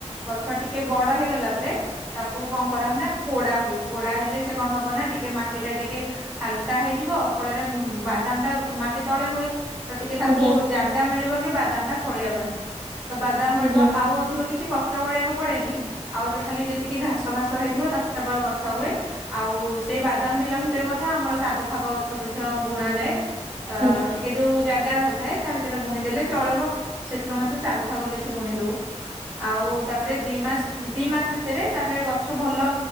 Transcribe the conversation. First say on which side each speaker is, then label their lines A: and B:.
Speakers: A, on the right; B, in the centre.
A: ଗଛ ଟିକେ ବଡ ହେଇଗଲା ପରେ ତାକୁ କଣ କରା ହୁଏ ନା କୋଡା ହୁଏ। କୋଡା ହେଲେ ସେ କଣ ହବ ନା ଟିକେ ମାଟି ଟା ଟିକେ ହାଲକା ହେଇଯିବ। ଫଳରେ ବାଦାମ ଟା ମାଟି ତଳେ ହୁଏ ତ ଟିକେ ତାକୁ
B: ଆଜ୍ଞା ଆଜ୍ଞା
A: ଜାଗା ମିଳିବ କି ବାଦାମ ଟା ଫଳିବା ପାଇଁ। ତ ବାଦାମ ଭଳିିବ।
B: ଆଜ୍ଞା
A: ଆଉ ଅଧିକ କିଛି କଷ୍- ଟ କରିଆକୁ ପଡେନି ଆଉ ଖାଲି ଯେତିକି ଘାସ ଫାସ ହେଇଥିବ ତାକୁ କେବଳ ବଛା ହୁଏ। ଆଉ ସେଇ ବାଦାମ ବିଲ ଭିତରେ ମଧ୍ୟ ଆମର ଶାଗ ଫାଗ ଗଛ ମଧ୍ୟ ବୁଣ ଯାଏ। ଅ
B: ଆଜ୍ଞା
A: ଟିକେ ଯୋଉ ଜାଗା ରହିଥାଏ ତା ଭିତରେ ବୁଣି ଦେଲେ ଚଳିବ। ସେଥିରୁ ମଧ୍ୟେ ଶାଗ ଫାଗ କିଛି ବୁଣି ଦଉ। ଆଉ ତାପରେ ଦି ମାସ ଦି ମାସ ଭିତରେ ତାପରେ ଗଛ ଭଲ